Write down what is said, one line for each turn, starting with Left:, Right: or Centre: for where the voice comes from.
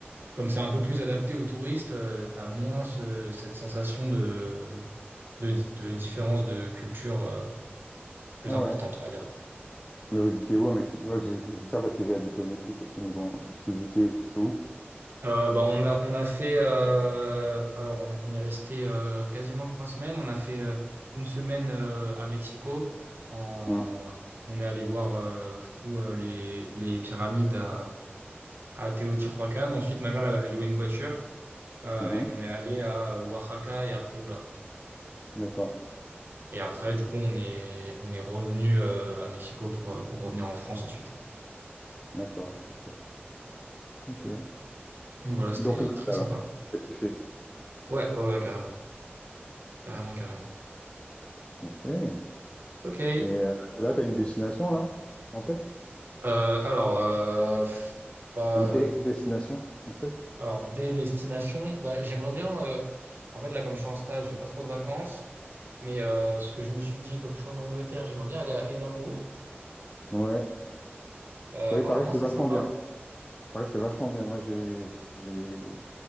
Right: comme c'est un peu plus adapté aux touristes, tu as moins ce- cette sensation de de, de différences de culture euh, plus
Left: Ah
Right: importantes,
Left: ouais.
Right: on va dire.
Left: Mais vous étiez où au Mexique? Moi, je, je dis ça parce que j'ai habité au Mexique aussi, mais bon, vous étiez où?
Right: Euh, bah, on a, on a fait, euh, alors on, a- on est resté euh, quasiment trois semaines. On a fait euh, une semaine euh, à Mexico. En,
Left: Hum,
Right: on est allé voir euh, du coup euh, les, les pyramides à, à Teotihuacan. Ensuite, ma mère, elle avait loué une voiture euh,
Left: mhm.
Right: et on est allé à Oaxaca et à Puebla.
Left: D'accord.
Right: Et après, du coup, on est, on est revenu euh, à Mexico pour, euh, pour revenir en France ensuite.
Left: D'accord. D'accord. OK.
Right: Donc voilà, c'était
Left: Donc l'Inde,
Right: très
Left: alors,
Right: sympa.
Left: t'as kiffé.
Right: Ouais, ouais, ouais, carrément. Carrément, carrément.
Left: OK.
Right: Ok. Euh,
Left: Et euh, là, tu as une destination, là, en tête?
Right: alors, euh, bah,
Left: Ou
Right: euh,
Left: des destinations en tête?
Right: alors, des destinations, bah, j'aimerais bien. euh, en fait, là, comme je suis en stage, j'ai pas trop de vacances. Mais euh, ce que je me suis dit, comme je suis en Angleterre, j'aimerais bien aller à Édimbourg.
Left: Ouais.
Right: Euh,
Left: Oui,
Right: apparemment,
Left: il paraît que c'est
Right: c'est
Left: vachement
Right: sympa.
Left: bien. Il paraît que c'est vachement bien. Moi, j'ai les-